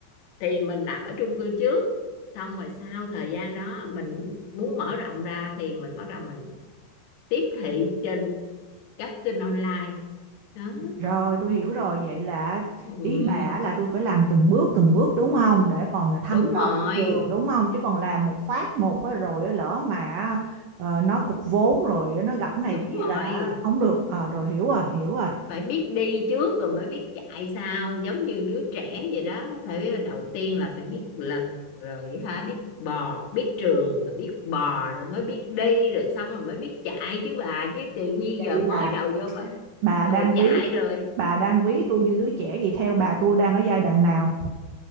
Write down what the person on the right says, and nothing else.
Rồi tôi hiểu rồi vậy là
ý bà là tôi phải làm từng bước từng bước đúng không để còn thăm
dò
thị trường đúng không chứ còn làm một phát một á, rồi á, lỡ mà ờ, nó cục vốn rồi nó gặp cái này
kia
là không được Ờ, rồi hiểu rồi hiểu rồi
vậy
là
bà
đang
ví
bà đang ví tôi như đứa trẻ vậy theo bà tôi đang ở giai đoạn nào